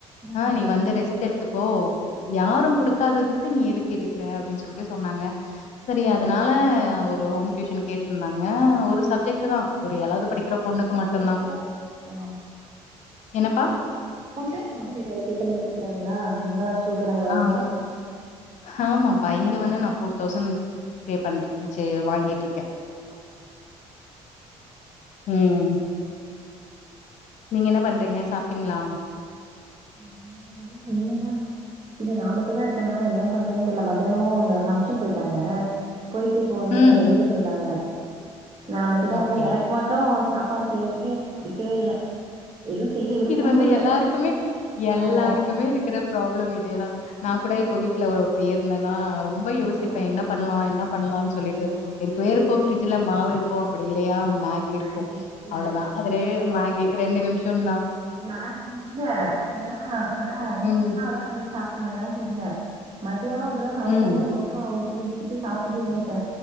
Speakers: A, on the right (about 40°); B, on the left (about 65°).
A: ம்
B: ஆ நீ வந்து ரெஸ்ட் எடு த்துக்கோ யாரு குடுக்காததுக்கு நீ எதுகு எடுக்கற அப்டின்னு சொல்லிட்டு சொன்னாங்க சரியா அதனால
A: ம்
B: ஒரு ஹோம் டியூஷன் கேட்டிருந்தாங்க ஒரு சப்ஜெட் தா ஒரு ஏலாது படிக்கிற பொண்ணுக்கு மட்டுந்தா
A: ஓகே அ
B: என்னப்பா
A: <unintelligible> அ ஏத்த மாரி குடுக்குறாங்களா குடுக்குறாங்களா ஒழுங்கா
B: ஆம் ஆமாப்பா இங்க வந்து நா போஃபர் தௌசண்ட் பே பண்றே செ வாங்கிட்டுருக்கே
A: ஓகே
B: ம் நீங்க என்ன பண்றீங்க சாப்டீங்ளா
A: இன்னு இல்ல இனிமே தா இல்ல நா மட்டு தா இருக்கேனா என்ன பண்றதுனு தெர்ல மத்தியானமு அவ்ங்க ஃபங்க்ஷன் போயிட்டாங்க போயிட்டு இப்ப வந்து
B: ம்,
A: வெளியில
B: ம்.
A: போயிட்டாங்க நா மட்டு தா இருக்கே
B: ஓகே.
A: எனக்கு மட் ட்டு சாப்பாடு செய்றதுக்கே புடிக்கவே இல்ல எதுவு செய்ய விருப்பமு
B: இது வந்து
A: இல்ல
B: எல்லாருக்குமே எல்லாருக்குமே
A: ஆமா
B: இருக்கிற ப்ராப்ளம் இதேதா நா கூட இப்போ வீட்ல ஒ ஒருத்தியா இருந்தேன்னா நா ரொம்ப யோசிப்பே
A: ம்
B: என்ன பண்ணலா என்ன பண்ணலானு சொல்லிட்டு
A: ஆமா
B: இருக்கவே இருக்கு பிரிஜ்ல மாவு இருக்கு அப்டி இல்லையா மேக் இருக்கு
A: மேகி மேகி
B: அவ்ளோதா அது ரெ
A: இ-
B: மேகி
A: இ-
B: ரெண்டு நிம்ஷோ தா
A: மேகி இல்ல <inaudible> இருந்தனா
B: ம்,
A: அதா செஞ்சு சாப்ட்ருவே மேகி இல்ல மத்தியானோ அப்டிதா சமைக்காம
B: ம்.
A: தோச மாவு ஊத்தி வச்சுட்டு சாப்ட்டுட்டு இருந்துட்ட